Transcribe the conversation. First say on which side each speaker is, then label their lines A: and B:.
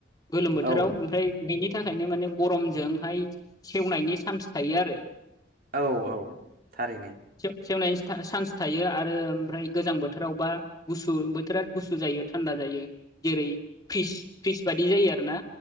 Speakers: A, on the left; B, on the right.
A: गोलोम बोथोराव
B: औ
A: ओमफ्राय बिनि बिनि थाखायनो माने गरमजोंहाय सेवनायनि चान्स थायो आरो
B: औ औ थारैनो।
A: सेवनायनि चान्स थायो आरो ओमफ्राय गोजां बोथोरावबा गुसु बोथोरा गुसु जायो थान्दा जायो जेरै फ्रिस फ्रिस बादि जायो आरो ना